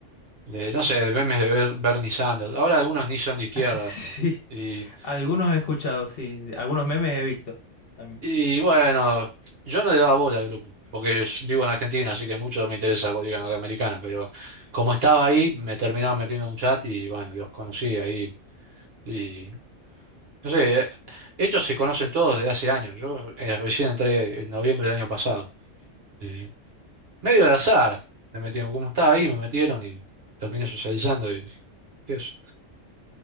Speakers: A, on the right (about 55°); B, on the left (about 55°).
A: de, no sé, de memes de Ber- Bernie Sanders. Ahora algunos ni son de izquierda.
B: <laughs> Sí,
A: Y,
B: algunos he escuchado, sí, algunos memes he visto también.
A: y bueno, yo no le daba bola al grupo, porque es- vivo en Argentina, así que mucho no me interesa la política norteamericana, pero como estaba ahí, me terminaron metiendo en un chat y bueno, los conocí ahí. Y No sé, eh, ellos se conocen todos desde hace años. Yo eh, recién entré en noviembre del año pasado. Y medio al azar me metieron. Como estaba ahí, me metieron y terminé socializando y eso.